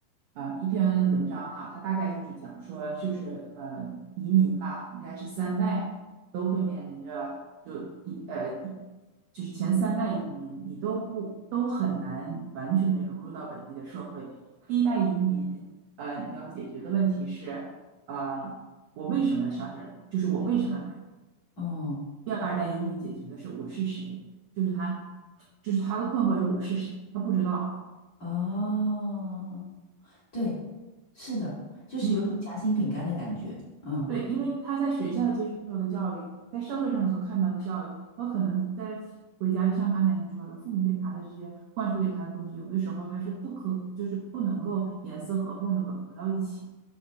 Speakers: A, on the right; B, on the left.
A: 呃一篇文章哈，他大概就是讲说就是呃移民吧，应该是三代都会面临着就一呃一就是前三代移民你都不都很难完全的融入到本地的社会。第一代移民呃你要解决的问题是呃我为什么上这儿，就是我为什么来。
B: 哦，
A: 第二代移民解决的是我是谁，就是他，就是他的困惑是我是谁，他不知道。
B: 哦。对，是的，就是有种夹心饼干的感觉。
A: 嗯，
B: 嗯
A: 对，因为他在学校接受的教育，在社会上所看到的教育，和可能在回家，就像刚才你说的，父母给他的这些灌输给他的东西，有的时候他是不可，就是不能够严丝合缝的吻合到一起